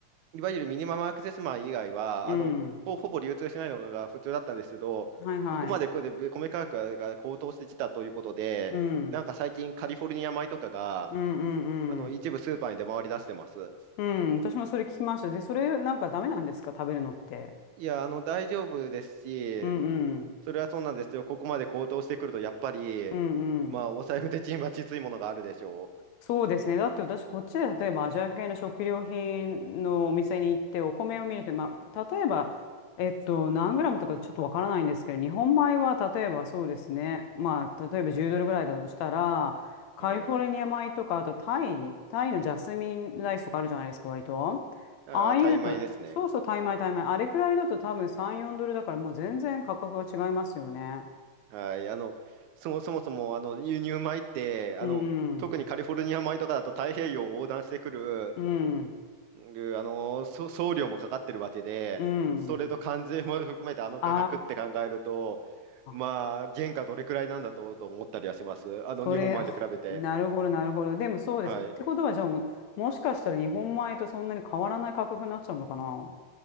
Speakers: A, on the right; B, on the left.
A: いわゆるミニマムアクセス米以外は、
B: うん。
A: あの、ほ、ほぼ流通しないのが普通だったんですけど、
B: はいはい。
A: ここまでこれで米価格が高騰してきたということで、
B: うん。
A: なんか最近カリフォルニア米とかが、
B: うんうんうん。
A: あの、一部スーパーに出回り出してます。
B: うん、私もそれ聞きました。で、それなんかダメなんですか、食べるのって。
A: いや、あの、大丈夫ですし、
B: うんうん。
A: それはそうなんですけど、ここまで高騰してくると、やっぱり、
B: うんうん。
A: まあ、お財布的にはきついものがあるでしょ
B: そうですね。だって私、こっちで例えばアジア系の食料品のお店に行ってお米を見ると、まあ、例えば、えっと、何グラムとかちょっとわからないんですけど、日本米は例えばそうですね。まあ、例えば10ドルぐらいだとしたら、カリフォルニア米とか、
A: う。はい。
B: あとタイ、タイのジャスミンライスとかあるじゃないですか、割と。
A: あー、
B: ああいうの、
A: 大米ですね。
B: そうそう、タイ米、タイ米。あれくらいだと多分3、4ドルだから、もう全然価格が違いますよね。
A: はい、あの、そもそもそも、あの、輸入米って、あの、
B: うんうん。
A: 特にカリフォルニア米とかだと太平洋を横断してくる、
B: うん。
A: うんあの、そ送料もかかってるわけで、
B: うん。
A: それと関税も含めてあの価格って考えると、
B: あ
A: まあ、
B: あ、
A: 原価どれくらいなんだと、と思ったりはします。あの、
B: それ、
A: 日本米と比べて。
B: あなるほど、なるほど。でもそうです。
A: はい。
B: ってことは、じゃあもう、もしかしたら日本米とそんなに変わらない価格になっちゃうのかな